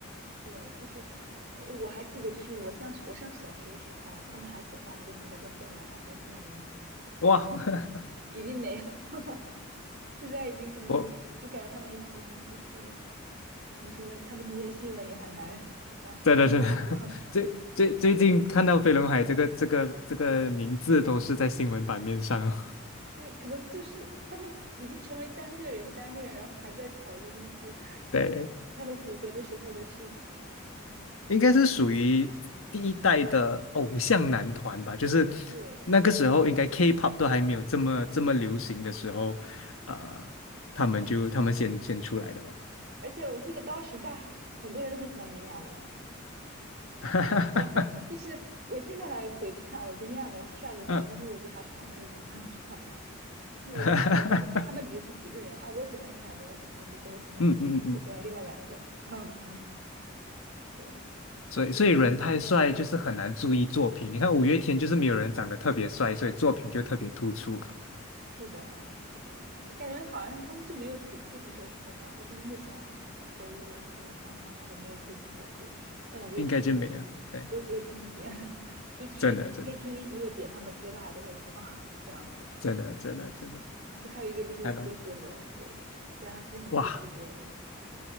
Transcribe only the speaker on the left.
哇，
<laughs>
我
真的真的 <laughs> 最最最近看到飞轮海这个这个这个名字都是在新闻版面上，
<laughs> 对。
应该是属于第一代的偶像男团吧，就是
那个时候应该 K-pop 都还没有这么这么流行的时候，呃，他们就他们先先出来的吧。
<laughs>
嗯，
<laughs> 哈哈哈
嗯嗯嗯，
所以所以人太帅就是很难注意作品。
你看五月天就是没有人长得特别帅，所以作品就特别突出，
应该就没有。对，
真的真的
真的真的真的，
还蛮
哇。